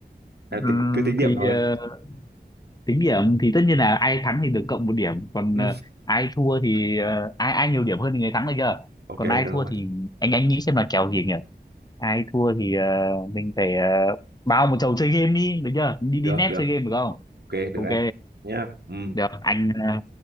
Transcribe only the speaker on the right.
à,
tính, cứ tính điểm
thôi
ừ,
<laughs> ok
được
rồi
được
được
Ok, được
đấy. Nhá. Ừ.